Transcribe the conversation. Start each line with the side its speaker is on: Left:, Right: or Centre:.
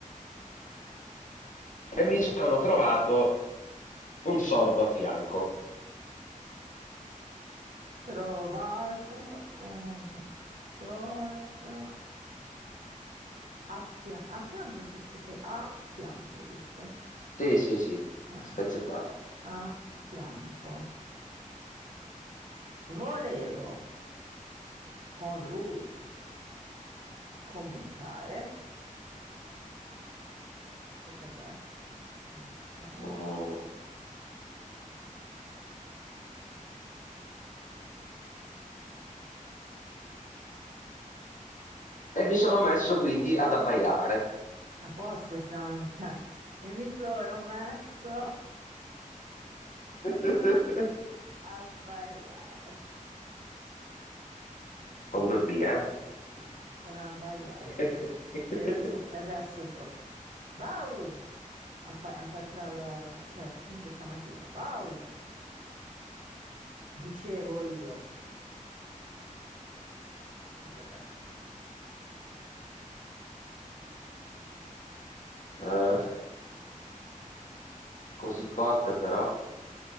Left: E mi sono trovato un sordo a fianco.
Right: Trovato un sordo a fia- a fianco. Si scrive a fianco, giusto?
Left: Sì, sì, sì,
Right: Fian-
Left: spezzettato.
Right: A fianco. Volevo. con lui comunicare. Tocca a te. Comunicare.
Left: Mm. E mi sono messo quindi ad abbaiare.
Right: A posto, sto- cioè, e mi sono messo
Left: <laughs>
Right: a abbagliare. Ah,
Left: Con due B, eh?
Right: sì, sono abbagliare.
Left: <laughs>
Right: E adesso, adesso pro. Bau! Appa- aperta la... cioè, punto esclamativo. Bau! Dicevo io. Tocca a te.
Left: Eh, così corte però.